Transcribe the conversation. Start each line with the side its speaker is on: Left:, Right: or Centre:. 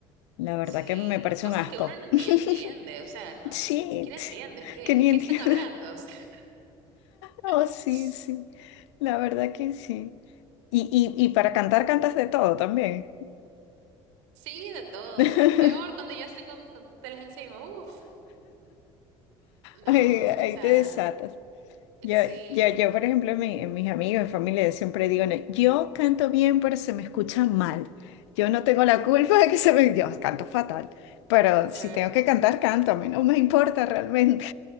Left: La verdad
Right: Sí,
Left: que me parece
Right: cosas
Left: un asco.
Right: que uno ni entiende,
Left: <laughs>
Right: o sea, no,
Left: Shit,
Right: ni siquiera entiende, es que,
Left: que ni
Right: ¿de qué
Left: entiendo.
Right: están hablando? <laughs>
Left: Oh,
Right: O
Left: <laughs> sí,
Right: sea,
Left: sí, la verdad que sí. Y, y, y para cantar cantas de todo también.
Right: Sí, de todo.
Left: <laughs>
Right: Peor cuando ya estoy con mis cócteles encima. Uf. No,
Left: Ahí, ahí
Right: o sea,
Left: te desatas. Yo,
Right: sí,
Left: yo, yo, por ejemplo, mi- en mis amigos, mi familia, yo siempre digo, "No, yo canto bien, pero se me escucha mal. Yo no tengo la culpa de que se me... Yo canto fatal, pero
Right: claro,
Left: si tengo que cantar, canto. A mí no me importa realmente.